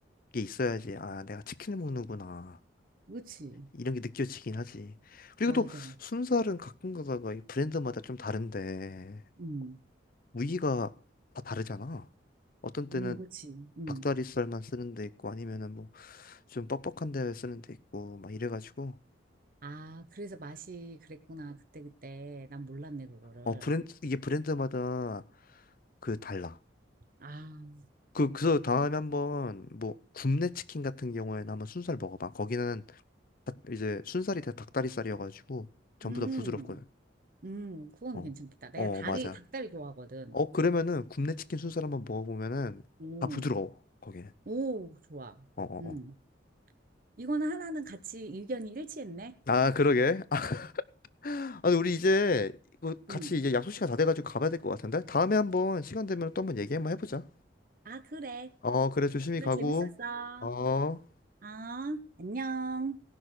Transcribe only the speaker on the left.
게 있어야지. 아, 내가 치킨을 먹는구나.
이런 게 느껴지긴 하지. 그리고
또 순살은 가끔 가다가 이 브랜드마다 좀 다른데,
무늬가 다 다르잖아. 어떤 때는
닭다리살만 쓰는 데 있고, 아니면은 뭐 좀 뻑뻑한 데 쓰는 데 있고, 막 이래가지고.
어, 브랜드, 이게 브랜드마다 그 달라.
그, 그래서 다음에 한번 뭐 굽네 치킨 같은 경우에는 한번 순살 먹어봐. 거기는 다- 이제 순살이 다 닭다리살이어가지고 전부
다 부드럽거든.
어,
어,
맞아.
어, 그러면은 굽네 치킨 순살 한번 먹어보면은
다 부드러워. 거기는.
어, 어,
어.
아, 그러게. <laughs> 아, 아니, 우리 이제 이거 같이
이제 약속 시간 다 돼가지고 가봐야 될 것 같은데? 다음에 한번 시간 되면 또 한번 얘기 한번 해보자.
어, 그래, 조심히
가고.
어.